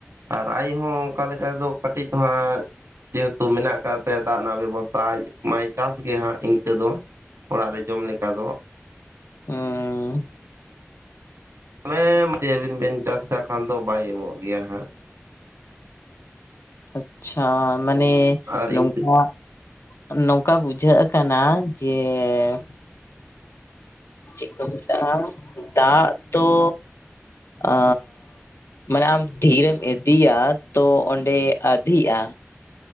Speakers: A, on the right (about 80°); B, on the left (about 70°).
A: ᱟᱨ ᱟᱭ ᱦᱚᱸ ᱚᱱᱠᱟ ᱞᱮᱠᱟ ᱫᱚ ᱠᱟᱹᱴᱤᱡ ᱛᱚ ᱦᱟᱸᱜ ᱡᱮᱦᱮᱛᱩ ᱢᱮᱱᱟᱜ ᱟᱠᱟᱜ ᱛᱟᱭᱟ ᱫᱟᱜ ᱨᱮᱱᱟᱜ ᱵᱮᱵᱚᱥᱛᱷᱟ ᱟᱡ ᱢᱟᱭ ᱪᱟᱥ ᱜᱮ ᱦᱟᱸᱜ ᱤᱱᱠᱟᱹ ᱫᱚ ᱚᱲᱟᱜ ᱨᱮ ᱡᱚᱢ ᱞᱮᱠᱟ ᱫᱚ᱾
B: ᱩᱸᱻ᱾
A: <inaudible> ᱟᱵᱮᱱ ᱵᱮᱱ ᱪᱟᱥ ᱠᱟᱜ ᱠᱷᱟᱱ ᱫᱚ ᱵᱟᱭ ᱮᱢᱚᱜ ᱜᱮᱭᱟ ᱦᱟᱸᱜ᱾
B: ᱟᱪᱪᱷᱟ ᱢᱟᱱᱮ
A: ᱟᱨ
B: ᱱᱚᱝᱠᱟ
A: ᱤᱱᱠᱟᱹ
B: ᱱᱚᱝᱠᱟ ᱵᱩᱡᱷᱟᱹᱜ ᱠᱟᱱᱟ ᱡᱮᱻ <inaudible> ᱪᱮᱜ ᱠᱚ ᱢᱮᱛᱟᱜᱼᱟ ᱫᱟᱜ ᱫᱚ ᱟᱻ ᱢᱟᱱᱮ ᱟᱢ ᱰᱷᱤᱨᱮᱢ ᱤᱫᱤᱭᱟ ᱛᱚ ᱚᱸᱰᱮ ᱟᱫᱷᱤᱜᱼᱟ᱾